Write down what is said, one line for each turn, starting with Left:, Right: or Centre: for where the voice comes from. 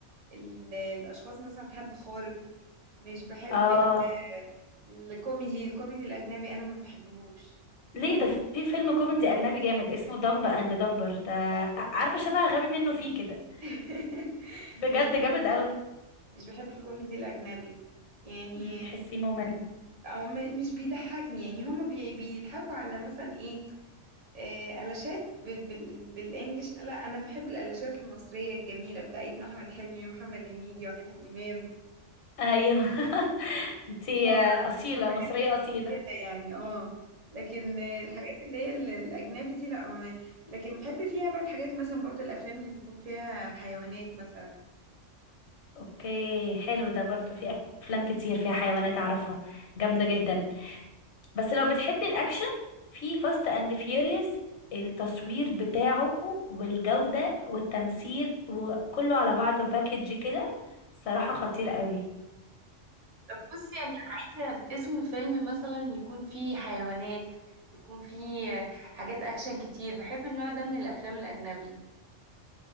Right: ال الاشخاص مثلا حد خارق مش بحب
Left: اه
Right: ال- الكوميدي الكوميدي الاجنبي انا ما بحبهوش
Left: ليه ده في فيلم كوميدي أجنبي جامد اسمه دمب أند دمبر ده
Right: <laughs> لا لا
Left: ع-
Right: لا
Left: عارفة
Right: ما
Left: شبه غبي منه فيه كده
Right: بحبش <laughs>
Left: بجد
Right: مش بحب
Left: جامد قوي
Right: مش بحب الكوميدي الأجنبي يعني
Left: أمم، تحسيه ممل
Right: أو م- مش بيضحكني يعني هما بي بيضحكوا على مثلا إيه آه، قلاشات ب- بال- بالإنجليش لا أنا بحب القلاشات المصرية الجميلة بتاعتنا أحمد حلمي ومحمد هنيدي وعادل إمام
Left: أيوه <laughs> انتي
Right: مؤخرا
Left: آه، أصيلة
Right: مصطفى غريب
Left: مصرية أصيلة
Right: كده يعني اه لكن آه، الحاجات اللي هي ال- الأجنبي دي لا ما- لكن بحب فيها بقى الحاجات مثلا برضو الأفلام اللي بيكون فيها حيوانات مثلا
Left: اوكي حلو ده برضو في أفلام كتير فيها حيوانات أعرفها جامدة جدا بس لو بتحبي الاكشن في فاست اند فيوريوس التصوير بتاعه والجودة والتمثيل وكله على بعضه باكج كده صراحة خطير قوي
Right: طب بصي انا عايزه اسم فيلم مثلا يكون فيه حيوانات يكون فيه حاجات اكشن كتير بحب النوع ده من الافلام الاجنبي